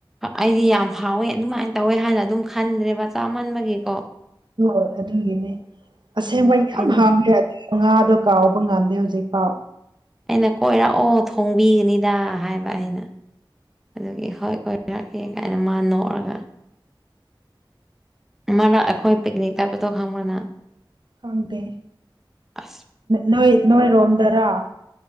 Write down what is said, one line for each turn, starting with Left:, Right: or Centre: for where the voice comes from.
Centre: ꯑꯩꯗꯤ ꯌꯥꯝ ꯍꯥꯎꯋꯦ ꯑꯗꯨꯃꯥꯏꯅ ꯇꯧꯋꯦ ꯍꯥꯏꯅ ꯑꯗꯨꯝ ꯈꯟꯗ꯭ꯔꯦꯕ ꯆꯥꯃꯟꯕꯒꯤꯀꯣ꯫
Right: ꯑ ꯑꯗꯨꯒꯤꯅꯤ ꯑꯁꯦꯡꯕ
Centre: ꯎꯝ
Right: ꯌꯥꯝ
Centre: ꯑꯩꯅ
Right: ꯍꯝꯃꯦ ꯉꯥꯗꯣ ꯀꯥꯎꯕ ꯉꯝꯗꯦ ꯍꯧꯖꯤꯛꯐꯥꯎ꯫
Centre: ꯑꯩꯅ ꯀꯣꯏꯔꯛꯑꯣ ꯊꯣꯡꯕꯤꯒꯅꯤꯗ ꯍꯥꯏꯕ ꯑꯩꯅ꯫ ꯑꯗꯨꯒꯤ ꯍꯣꯏ ꯀꯣꯏꯔꯛꯀꯦ ꯀꯥꯏꯅ ꯃꯥ ꯅꯣꯛꯑꯒ ꯃꯥꯅ ꯑꯩꯈꯣꯏ ꯄꯤꯛꯅꯤꯛ ꯆꯠꯄꯗꯣ ꯈꯪꯕꯔꯥ ꯅꯪ
Right: ꯈꯪꯗꯦ
Centre: ꯑꯁ
Right: ꯅꯣꯏ ꯅꯣꯏꯔꯣꯝꯗꯔꯥ꯫